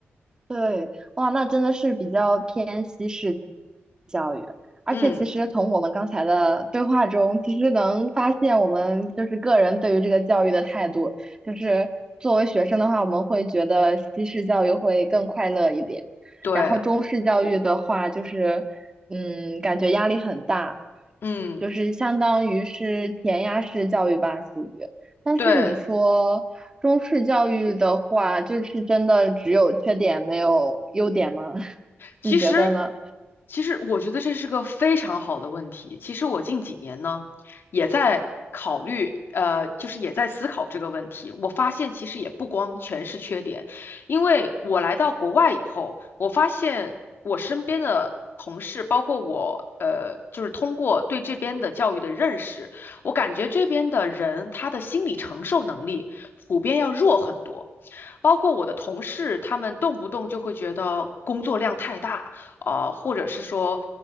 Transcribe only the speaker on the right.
对，哇，那真的是比较偏西式教育，而且其实从我们刚才的对话中，
其实能发现我们就是个人对于这个教育的态度，就是作为学生的话，我们会觉得西式教育会更快乐一点，
然后中式教育的话，就是嗯，感觉压力很大，
就是相当于是填鸭式教育吧，属于。但是你说。
中式教育的话，就是真的只有缺点没有优点吗？<laughs>
你觉得呢？